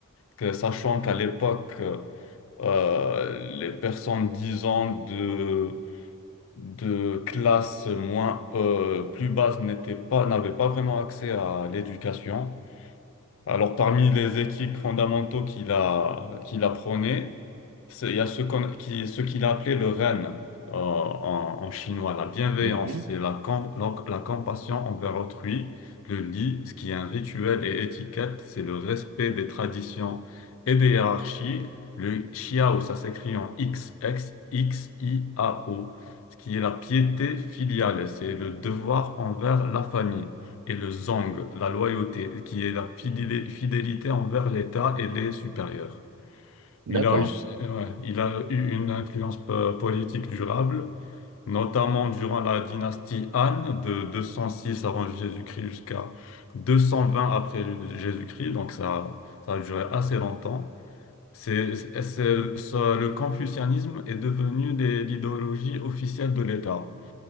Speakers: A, on the left; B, on the right.
A: que- sachant qu'à l'époque, euh, les personnes disant de, de classe moins, euh, plus basse n'étaient pas, n'avaient pas vraiment accès à l'éducation. Alors, parmi les éthiques fondamentaux qu'il a, qu'il a prônées, c'est- il y a ce qu'on- qui- ce qu'il a appelé le ren euh, en, en chinois, la bienveillance,
B: Mhm. Mhm.
A: c'est la, com- la, la compassion envers autrui, le li, ce qui est un rituel et étiquette, c'est le respect des traditions et des hiérarchies, le xiao, ça s'écrit en X, X, X, I, A, O, ce qui est la piété filiale, c'est le devoir envers la famille et le zong, la loyauté, qui est la fidélé- fidélité envers l'État et les supérieurs.
B: D'accord.
A: Il a eu, ouais, il a eu une influence po- politique durable, notamment durant la dynastie Han de 206 avant Jésus-Christ jusqu'à 220 après Jésus-Christ, donc ça, ça a duré assez longtemps. C'est, c'est- c'est- ça- le confucianisme est devenu des- l'idéologie officielle de l'État.